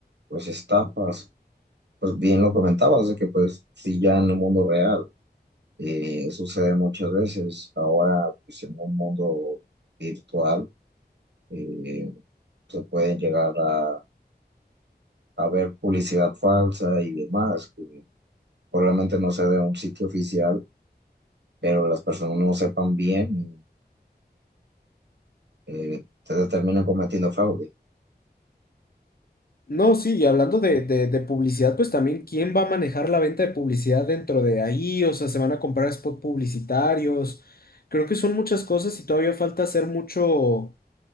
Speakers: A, on the right; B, on the left.
A: pues, estafas. Pues bien lo comentabas, de que pues sí, ya en el mundo real. Eh, sucede muchas veces. Ahora, pues, en un mundo virtual, eh, se pueden llegar a, a ver publicidad falsa y demás, que probablemente no sea de un sitio oficial, pero las personas no sepan bien y eh, te terminan cometiendo fraude.
B: No, sí, y hablando de, de, de publicidad, pues también, ¿quién va a manejar la venta de publicidad dentro de ahí? O sea, se van a comprar spot publicitarios. Creo que son muchas cosas y todavía falta hacer mucho,